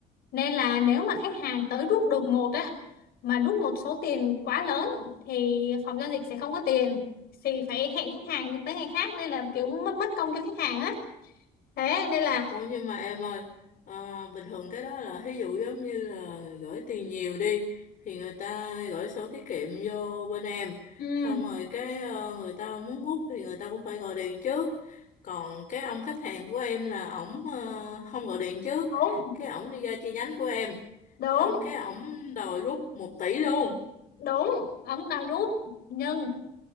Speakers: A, on the left; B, on the left.
A: nên là nếu mà khách hàng tới rút đột ngột á mà rút một số tiền quá lớn thì phòng giao dịch sẽ không có tiền thì phải hẹn khách hàng tới ngày khác nên là kiểu mất mất công cho khách hàng á thế nên là
B: ủa nhưng mà em ơi ờ, bình thường cái đó là ví dụ giống như là gửi tiền nhiều đi thì người ta gửi sổ tiết kiệm vô bên em
A: ừ,
B: xong rồi cái ờ, người ta muốn rút thì người ta cũng phải gọi điện trước còn cái ông khách hàng của em là ổng ờ, không gọi điện trước
A: đúng
B: cái ổng đi ra chi nhánh của em
A: đúng
B: xong cái ổng đòi rút một tỷ luôn
A: đúng ống đã rút nhưng